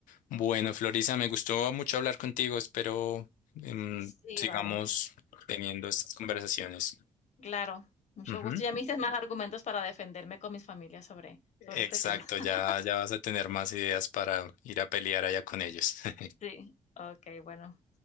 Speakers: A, on the left; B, on the left.
A: Bueno, Florisa, me gustó mucho hablar contigo. Espero em,
B: Sí,
A: sigamos
B: vale,
A: teniendo estas conversaciones.
B: claro, mucho
A: Ujú.
B: gusto. Ya me diste más argumentos para defenderme con mis familias sobre, sobre
A: Exacto,
B: este tema. <laughs>
A: ya, ya vas a tener más ideas para ir a pelear allá con ellos. <laughs>
B: Sí, ok, bueno,